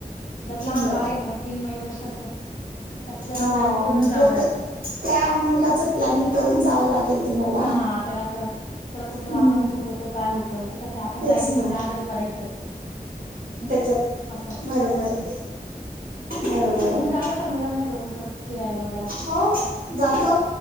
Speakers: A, on the left (about 55°); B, on the right (about 75°).
A: त्यात लहान
B: बर
A: बाळ आहे मग तीन मै वर्षाच त्याच जरा
B: अ
A: प्लॅनिंग करूनच जावं लागतं.
B: त्या मुलाच प्लॅनिंग करून जावं लागेल तुम्हाला
A: हा त्याला आसं त्याला कुठलं
B: हम्म
A: वातावरण सुट होतं काय होतं ना ते कसं आपण
B: तेच
A: जायचं आणि
B: ना
A: त्या आजारी पडायचं.
B: त्याच्यात
A: असं
B: बरोबरये. बरोबर
A: तुम्ही
B: ये
A: जात असाल मुलांना घेऊन इकडं फिरायला वगैरे
B: हो जातो